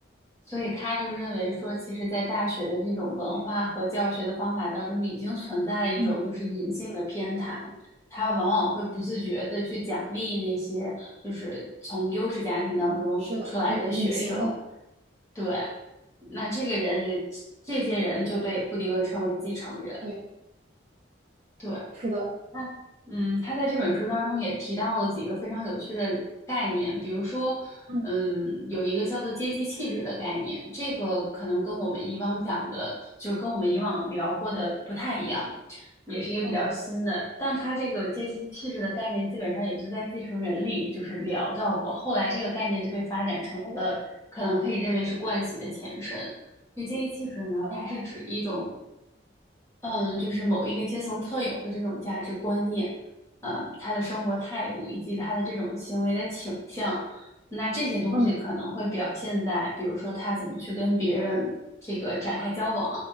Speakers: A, on the left; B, on the right.
A: 所以他就认为说，其实，在大学的这种文化和教学的方法当中，
B: 对，
A: 已经存在一种就是隐性的偏袒，
B: 嗯，
A: 他往往会不自觉的去奖励那些就是从优势家庭当中出来的学生。
B: 是的，对，隐形的，
A: 对，那这个人也，这些人就被布迪厄称为继承人。
B: 对，
A: 对，
B: 是的，
A: 那嗯，他在这本书当中也提到了几个非常有趣的概念，比如说，
B: 嗯，
A: 嗯，有一个叫做阶级气质的概念，这个可能跟我们以往讲的，就跟我们以往聊过的不太一样，也是一个比较新的。
B: 哦，
A: 但他这个阶级气质的概念，基本上也就在《继承人》里就是聊到过，后来这个概念就被发展成为了可能可以认为是惯习的前身。就阶级气质呢，
B: 哦
A: 它是指一种。嗯，就是某一个阶层特有的这种价值观念，呃，他的生活态度以及他的这种行为的倾向，那这些东西可能会表现在，
B: 嗯
A: 比如说他怎么去跟别人这个展开交往，